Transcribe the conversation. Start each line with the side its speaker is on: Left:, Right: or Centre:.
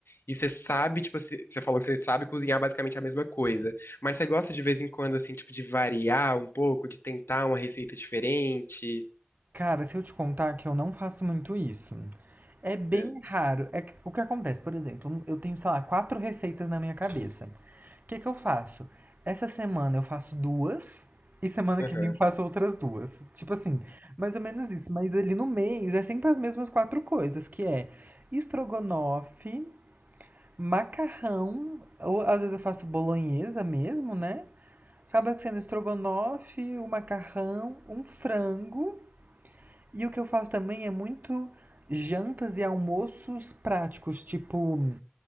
Left: E você sabe, tipo, se- você falou que você sabe cozinhar basicamente a mesma coisa. Mas você gosta de vez em quando, assim, tipo, de variar um pouco, de tentar uma receita diferente?
Right: Cara, se eu te contar que eu não faço muito isso. É bem
Left: É.
Right: raro. É que- o que acontece, por exemplo, eu tenho, sei lá, quatro receitas na minha cabeça. O que que eu faço? Essa semana eu faço duas e semana
Left: Aham.
Right: que vem eu faço outras duas. Tipo assim, mais ou menos isso. Mas ali no mês é sempre as mesmas quatro coisas, que é estrogonofe, Macarrão, ou às vezes eu faço bolonhesa mesmo, né? Acaba sendo estrogonofe, o macarrão, um frango. E o que eu faço também é muito jantas e almoços práticos, tipo